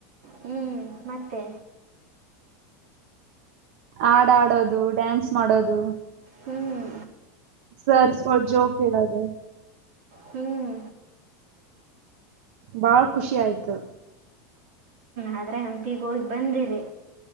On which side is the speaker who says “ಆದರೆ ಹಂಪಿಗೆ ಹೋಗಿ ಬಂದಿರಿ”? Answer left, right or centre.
Right